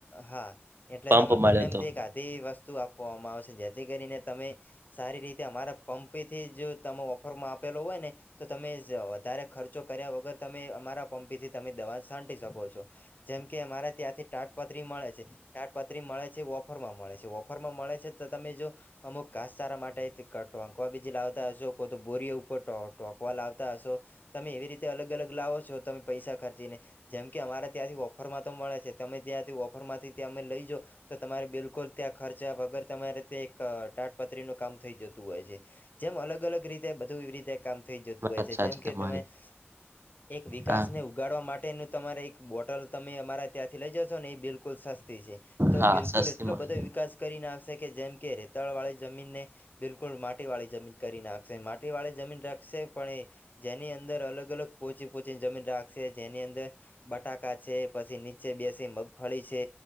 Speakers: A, on the left; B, on the right.
A: હા એટલે
B: પંપ
A: તમારે
B: મળ્યો
A: બંનેથી
B: હતો
A: એક આધી વસ્તુ આપવામાં આવશે જેથી કરીને તમે- સારી રીતે અમારા પંપેથી જો તમે ઓફરમાં આપેલો હોય ને તો તમે જ વધારે ખર્ચો કર્યા વગર તમે અમારા પંપેથી તમે દવા છાટી શકો છો. જેમ કે અમારે ત્યાંથી તાટપત્રી મળે છે. તાડપત્રી મળે છે ઓફરમાં મળે છે, ઓફરમાં મળે છે તો તમે જો અમુક ઘાસચારા માટે અહીંથી ટોંકવા બીજી લાવતા હશે કો તો બોરીયા ઉપર ટો ટોકવા લાવતા હશો, તમે એવી રીતે અલગ-અલગ લાવો છો તમે પૈસા ખર્ચીને જેમ કે અમારે ત્યાંથી ઓફરમાં તો મળે છે તમે ત્યાંથી ઓફરમાંથી ત્યાં અમે લઈ જાઓ. તો તમારે બિલકુલ ત્યાં ખર્ચા વગર તમારે તે એક તાટપત્રીનું કામ થઈ જતું હોય છે. જેમ અલગ-અલગ રીતે બધું એવી રીતે કામ થઈ જતું
B: વાત
A: હોય છે
B: સાચી
A: જેમ કે
B: તમારી
A: તમે એક વિકાસને
B: હા
A: ઉ ઉગાડવા માટેનું તમારે એક બોટલ તમે અમારાં ત્યાંથી લઈ જશો ને એ બિલકુલ સસ્તી છે તો
B: હા
A: બિલકુલ
B: સસ્તી
A: એટલો
B: મળે
A: બધો વિકાસ કરી નાખશે કે જેમ કે રેતાળવાળી જમીનને બિલકુલ માટીવાળી જમીન કરી નાખશે માટીવાળી જમીન રાખશે પણ એ જેની અંદર અલગ-અલગ પોચી પોચીની જમીન રાખશે જેની અંદર બટાકા છે, પછી નીચે બેસી મગફળી છે.